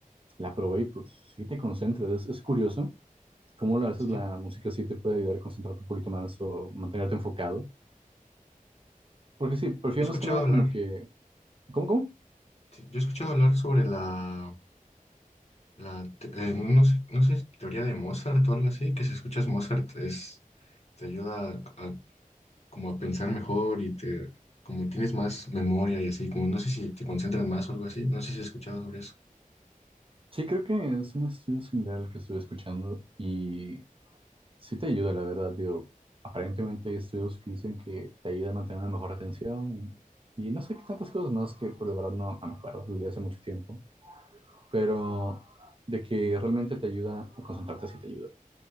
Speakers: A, on the right; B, on the left.
A: La probé y pues sí te concentras. Es, es curioso cómo a veces
B: Sí.
A: la música sí te puede ayudar a concentrarte un poquito más o mantenerte enfocado. Porque sí, prefiero
B: Yo he escuchado
A: más que nada
B: hablar
A: como que... ¿Cómo, cómo?
B: Sí, yo he escuchado hablar sobre la, la te- eh, no no sé, no sé, teoría de Mozart o algo así, que si escuchas Mozart es, te ayuda a, a- como a pensar mejor y te, como tienes más memoria y así, como no sé si te concentras más o algo así, no sé si has escuchado sobre eso.
A: Sí, creo que es un estudio similar al que estuve escuchando y Sí te ayuda, la verdad, digo, aparentemente hay estudios que dicen que te ayuda a mantener una mejor retención y, y no sé qué tantas cosas más que por la verdad no, no me acuerdo, lo leí hace mucho tiempo, pero de que realmente te ayuda a concentrarte sí te ayuda.